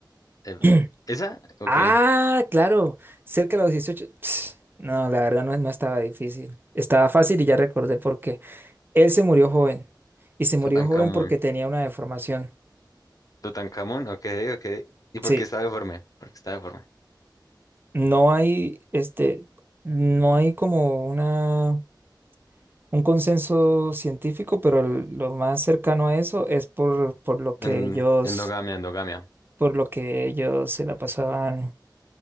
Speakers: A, on the left; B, on the right.
A: em,
B: <clears throat>
A: ¿esa? Ok.
B: Ah, claro, cerca de los 18 Ps, No, la verdad no, no estaba difícil. Estaba fácil y ya recordé por qué. Él se murió joven y se murió
A: Tutankamón.
B: joven porque tenía una deformación.
A: Tutankamón, ok, ok. ¿Y por
B: Sí,
A: qué está deforme? Porque está deforme.
B: no hay, este, no hay como una, un consenso científico, pero el- lo más cercano a eso es por, por lo que
A: En,
B: ellos,
A: endogamia, endogamia.
B: por lo que ellos se la pasaban